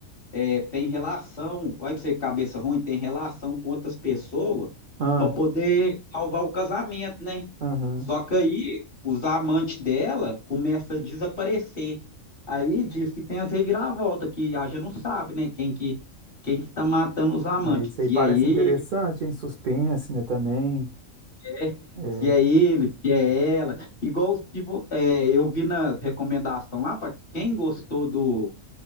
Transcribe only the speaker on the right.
Ah,
aham.
É, isso
aí parece
interessante, hein? Suspense, né, também.
É,